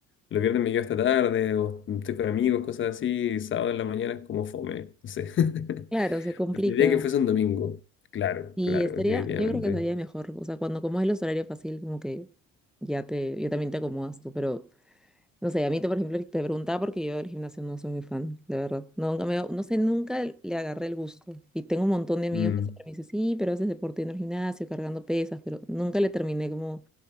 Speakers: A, on the left; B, in the centre.
A: los viernes me quedo hasta tarde o estoy con amigos, cosas así, y sábado en la mañana es como fome, no sé. <laughs>
B: claro, se complica.
A: Preferiría que fuese un domingo, claro,
B: Y
A: claro,
B: estaría,
A: definitivamente.
B: yo creo que estaría mejor. O sea, cuando como es los horarios fácil, como que ya te, yo también te acomodas tú. Pero, no sé, a mí, te, por ejemplo, te preguntaba porque yo del gimnasio no soy muy fan, de verdad. No, Nunca me, no sé, nunca le agarré el gusto. Y tengo un montón de amigos
A: Mm,
B: que siempre me dicen, sí, pero haces deporte en el gimnasio, cargando pesas, pero nunca le terminé como